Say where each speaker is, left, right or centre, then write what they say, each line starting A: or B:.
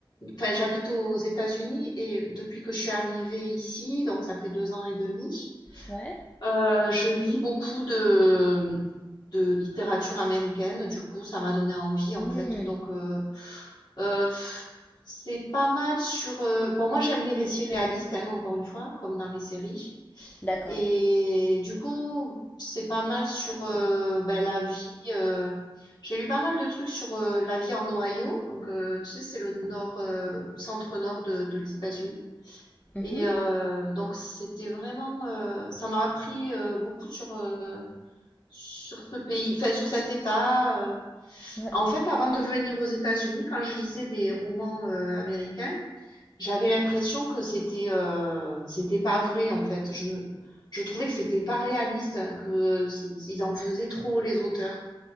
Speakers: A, on the left; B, on the left.
A: Enfin, j'habite aux États-Unis et depuis que je suis arrivée ici, donc ça fait deux ans et demi,
B: Ouais.
A: euh, je lis beaucoup de de littérature américaine. Du coup, ça m'a donné envie en
B: Hmm,
A: fait. Donc euh, Euh, pff, c'est pas mal sur. euh, Bon, moi j'aime les récits réalistes, hein, encore une fois, comme dans les séries.
B: d'accord.
A: Et du coup, c'est pas mal sur euh, ben, la vie. euh, J'ai lu pas mal de trucs sur euh, la vie en Ohio. Donc, euh, tu sais, c'est le nord, euh, centre-nord de, de les États-Unis.
B: Mhm.
A: Et euh, donc, c'était vraiment. euh, Ça m'a appris euh, beaucoup sur, euh, sur ce pays, enfin, sur cet État. euh,
B: Ouais.
A: en fait, avant de venir aux États-Unis, quand je lisais des romans euh, américains, j'avais l'impression que c'était euh, c'était pas vrai en fait. Je me- je trouvais que c'était pas réaliste, hein, que euh, c'est- ils en faisaient trop les auteurs.